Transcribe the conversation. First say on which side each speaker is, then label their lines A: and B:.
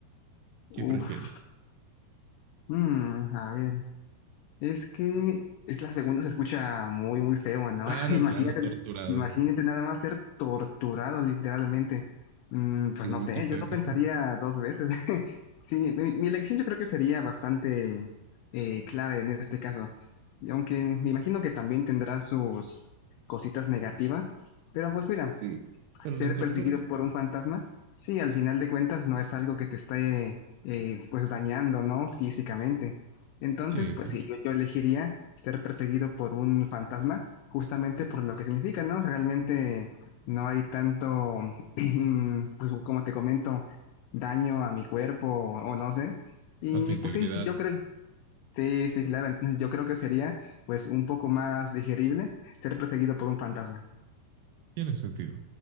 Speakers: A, on the left; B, on the right.
A: Uf,
B: ¿Qué prefieres?
A: mm, a ver. Es que, es que la segunda se escucha muy, muy feo, ¿no?
B: Claro,
A: <laughs> Imagínate,
B: claro, torturado.
A: imagínate nada más ser torturado literalmente. Mm,
B: Sí,
A: pues no sé,
B: qué feo,
A: yo lo
B: qué
A: pensaría
B: feo.
A: dos veces. <laughs> Sí, mi, mi elección yo creo que sería bastante eh, clara en este caso. Y Aunque me imagino que también tendrá sus cositas negativas. Pero pues mira,
B: Sí. Pero
A: ser
B: no es tortura.
A: perseguido por un fantasma, sí, al final de cuentas no es algo que te esté eh, pues dañando, ¿no? Físicamente. Entonces,
B: Sí,
A: pues
B: sí.
A: sí, yo, yo elegiría ser perseguido por un fantasma justamente por lo que significa, ¿no? Realmente no hay tanto, <clears throat> pues como te comento, daño a mi cuerpo o, o no sé. Y
B: A tu integridad
A: pues sí, yo creo, sí, sí, claro, entonces yo creo que sería pues un poco más digerible ser perseguido por un fantasma.
B: Tiene sentido.